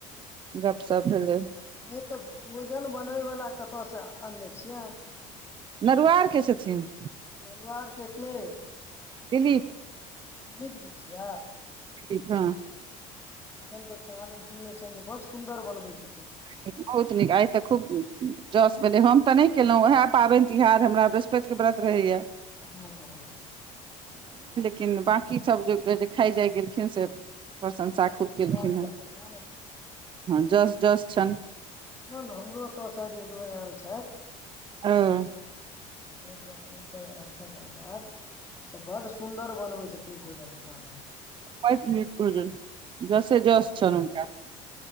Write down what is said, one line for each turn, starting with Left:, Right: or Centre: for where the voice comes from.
Right: गपसप भेलै
Left: ओ तऽ भोजन बनबैवला कतयसँ आनने छियनि
Right: नरुआरके छथिन
Left: नरुआर के के
Right: दिलीप
Left: दीप जी छिय
Right: <unintelligible>
Left: एखन तऽ कहांदन सुनने छियनि जे बड सुन्दर बनबैत छथिन
Right: <unintelligible> बहुत नीक आइ तऽ खूब जस भेलै हम तऽ नहि केलहुँं वएह पाबनि तिहार हमरा बृहस्पतिक के व्रत रहैया
Left: हँ हँ ह
Right: किन बांकी सब जे जे खाय जाय गेलखिन से प्रशंसा खूब केलखिन
Left: जस
Right: हेँ
Left: देलखिन नै
Right: हँ जस जस छनि
Left: न न हमरो तऽ स जेदू हजार आयल छथि
Right: हं
Left: <unintelligible> अन्दाज तऽ बड्ड सुन्दर बनबै छथिन भोजन कहाँदून
Right: होहित न जसे जस छनि हूनका <unintelligible>